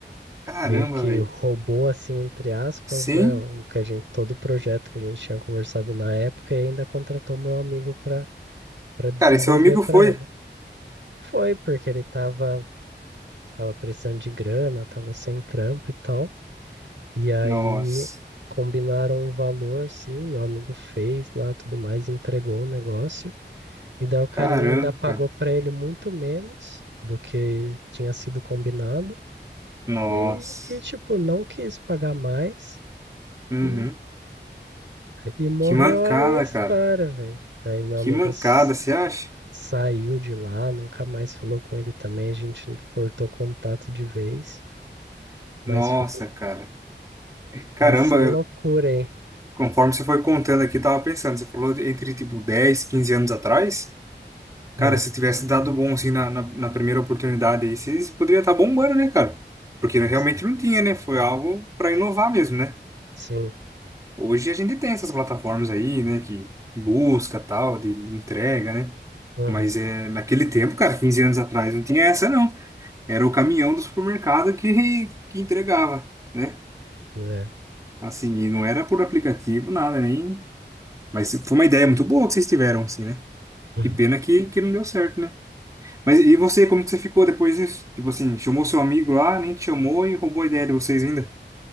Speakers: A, on the right; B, on the right.
A: Caramba,
B: meio que
A: velho.
B: roubou assim entre aspas,
A: Sim?
B: né, o que a gente todo o projeto que a gente tinha conversado na época e ainda contratou meu amigo para para desenvolver
A: Cara, e seu amigo
B: para
A: foi?
B: ele. Foi porque ele tava tava precisando de grana, tava sem trampo e tal. E aí
A: Nossa.
B: combinaram um valor, sim, meu amigo fez lá, tudo mais, entregou o negócio. E daí o carinha
A: Caramba,
B: ainda pagou
A: cara.
B: pra ele muito menos do que tinha sido combinado.
A: Nossa.
B: E, e tipo, não quis pagar mais.
A: Uhum.
B: E, e morreu
A: Que mancada,
B: aí a história,
A: cara.
B: velho. Aí meu
A: Que
B: amigo
A: mancada,
B: s-
A: você acha?
B: saiu de lá, nunca mais falou com ele também. A gente cortou contato de vez. Mas
A: Nossa,
B: foi,
A: cara. Caramba,
B: foi essa loucura, hein?
A: Conforme você foi contando aqui, eu tava pensando, você falou de- entre tipo 10, 15 anos atrás. Cara,
B: É,
A: se tivesse dado bom assim na, na, na primeira oportunidade aí, vocês poderiam estar bombando, né, cara? Porque realmente
B: s-
A: não tinha, né? Foi algo para inovar mesmo, né?
B: sim.
A: Hoje a gente tem essas plataformas aí, né, que, que busca tal, de, de entrega, né?
B: Uhum,
A: Mas é, naquele tempo, cara, 15 anos atrás, não tinha essa, não. Era o caminhão do supermercado que, que entregava, né?
B: é.
A: Assim, e não era por aplicativo, nada, nem. Mas foi uma ideia muito boa que vocês tiveram, assim, né?
B: <laughs>
A: Que pena que, que não deu certo, né? Mas e você, como que você ficou depois disso? Tipo assim, chamou seu amigo lá, nem te chamou e roubou a ideia de vocês ainda.